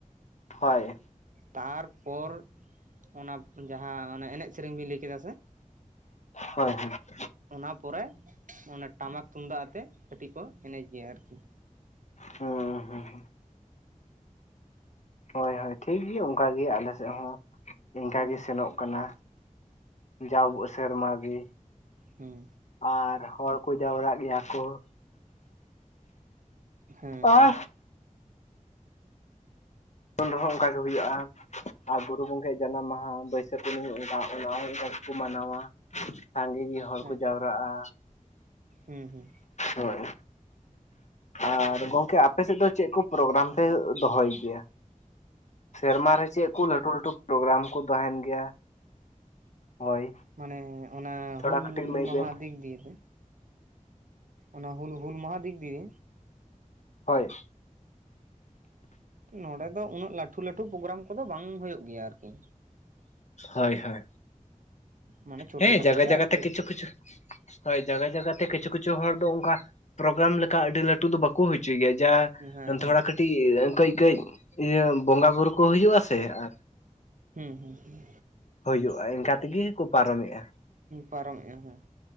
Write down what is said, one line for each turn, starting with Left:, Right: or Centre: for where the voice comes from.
Left: ᱦᱳᱭ
Right: ᱛᱟᱨᱯᱚᱨ ᱚᱱᱟ ᱡᱟᱦᱟᱸ ᱚᱱᱮ ᱮᱱᱮᱡ-ᱥᱮᱨᱮᱧ ᱵᱤᱱ ᱞᱟᱹᱭ ᱠᱮᱫᱟ ᱥᱮ
Left: ᱦᱳᱭ ᱦᱳᱭ
Right: ᱚᱱᱟ ᱯᱚᱨᱮ ᱚᱱᱮ ᱴᱟᱢᱟᱠ ᱛᱩᱢᱫᱟᱜ ᱟᱛᱮᱜ ᱠᱟᱹᱴᱤᱡ ᱠᱚ ᱮᱱᱮᱡ ᱜᱮᱭᱟ ᱟᱨᱠᱤ᱾
Left: ᱦᱩᱸ ᱦᱩᱸ ᱦᱳᱭ ᱦᱳᱭ ᱴᱷᱤᱠᱜᱮ ᱚᱱᱠᱟᱜᱮ ᱟᱞᱮ ᱥᱮᱫ ᱦᱚᱸ ᱤᱱᱠᱟ
Right: ᱦᱮᱸ
Left: ᱜᱮ ᱥᱮᱱᱚᱜ ᱠᱟᱱᱟ᱾ ᱡᱟᱣ ᱟᱵᱚ ᱥᱮᱨᱢᱟ ᱜᱮ,
Right: ᱦᱮᱸ
Left: ᱟᱨ ᱦᱚᱲ ᱠᱚ ᱡᱟᱣᱨᱟᱜ ᱜᱮᱭᱟ ᱠᱚ <inaudible>
Right: ᱦᱮᱸ ᱦᱮᱸ
Left: ᱟᱨ ᱩᱱ ᱨᱮᱦᱚᱸ ᱚᱱᱠᱟᱜᱮ ᱦᱩᱭᱩᱜ-ᱟ᱾ ᱟᱨ ᱜᱩᱨᱩ ᱜᱚᱢᱠᱮᱭᱟᱜ ᱡᱟᱱᱟᱢ ᱢᱟᱦᱟ ᱵᱟᱹᱭᱥᱟᱹᱠᱷ ᱠᱩᱱᱟᱹᱢᱤ ᱚᱱᱠᱟ ᱚᱱᱟ ᱦᱚᱸ ᱠᱚ ᱢᱟᱱᱟᱣᱟ ᱥᱟᱸᱜᱮ ᱜᱮ ᱦᱚᱲ ᱠᱚ
Right: ᱟᱪᱪᱷᱟ
Left: ᱡᱟᱣᱨᱟᱜ-ᱟ᱾
Right: ᱦᱮᱸ ᱦᱮᱸ
Left: ᱦᱳᱭ ᱟᱨ ᱜᱚᱝᱠᱮ ᱟᱯᱮᱥᱮᱫ ᱫᱚ ᱪᱮᱫ ᱠᱚ ᱯᱨᱳᱜᱨᱟᱢ ᱯᱮ ᱫᱚᱦᱚᱭ ᱜᱮᱭᱟ? ᱥᱮᱨᱢᱟᱨ ᱨᱮ ᱪᱮᱫ ᱠᱚ ᱞᱟᱹᱴᱩ ᱞᱟᱹᱴᱩ ᱯᱨᱳᱜᱨᱟᱢ ᱠᱚ ᱛᱟᱦᱮᱱ ᱜᱮᱭᱟ? ᱦᱳᱭ,
Right: ᱢᱟᱱᱮ ᱚᱱᱟ
Left: ᱛᱷᱚᱲᱟ
Right: ᱦᱩᱞ
Left: ᱠᱟᱹᱴᱤᱡ ᱞᱟᱹᱭ
Right: ᱢᱟᱦᱟ
Left: ᱵᱮᱱ
Right: ᱫᱤᱠ ᱫᱤᱭᱮᱛᱮ᱾ ᱚᱱᱟ ᱦᱩᱞ ᱦᱩᱞ ᱢᱟᱦᱟ ᱫᱤᱠ ᱫᱤᱭᱮ᱾
Left: ᱦᱳᱭ
Right: ᱱᱚᱸᱰᱮ ᱫᱚ ᱩᱱᱟᱹᱜ ᱞᱟᱹᱴᱩ ᱞᱟᱹᱴᱩ ᱯᱨᱳᱜᱨᱟᱢ ᱠᱚᱫᱚ ᱵᱟᱝ ᱦᱩᱭᱩᱜ ᱜᱮᱭᱟ ᱟᱨᱠᱤ᱾
Left: ᱦᱳᱭ ᱦᱳᱭ
Right: ᱢᱟᱱᱮ ᱪᱷᱳᱴᱳ
Left: ᱦᱮᱸ
Right: ᱠᱷᱟᱴᱳ
Left: ᱡᱟᱭᱜᱟ
Right: ᱜᱮ
Left: ᱡᱟᱭᱜᱟ
Right: ᱟᱨᱠᱤ
Left: ᱛᱮ ᱠᱤᱪᱷᱩ ᱠᱤᱪᱷᱩ ᱦᱳᱭ ᱡᱟᱜᱟ ᱡᱟᱭᱜᱟᱛᱮ ᱠᱤᱪᱷᱩ ᱠᱤᱪᱷᱩ ᱦᱚᱲ ᱫᱚ ᱚᱱᱠᱟ ᱯᱨᱳᱜᱨᱟᱢ ᱞᱮᱠᱟ ᱟᱹᱰᱤ ᱞᱟᱹᱴᱩ ᱫᱚ ᱵᱟᱠᱚ ᱦᱚᱪᱚᱭ ᱜᱮᱭᱟ ᱡᱟ
Right: ᱦᱮᱸ ᱦᱮᱸ
Left: ᱛᱷᱚᱲᱟ ᱠᱟᱹᱴᱤᱡ ᱠᱟᱹᱡ-ᱠᱟᱹᱡ ᱤᱭᱟᱹ ᱵᱚᱸᱜᱟ ᱵᱳᱨᱳ ᱠᱚ ᱦᱩᱭᱩᱜ-ᱟ ᱥᱮ ᱟᱨ
Right: ᱦᱩᱸ ᱦᱩᱸ ᱦᱩᱸ
Left: ᱦᱩᱭᱩᱜ-ᱟ ᱤᱱᱠᱟ ᱛᱮᱜᱮ ᱠᱚ ᱯᱟᱨᱚᱢᱮᱜᱼᱟ᱾
Right: ᱯᱟᱨᱚᱢᱮᱜᱼᱟ ᱦᱮᱸ ᱾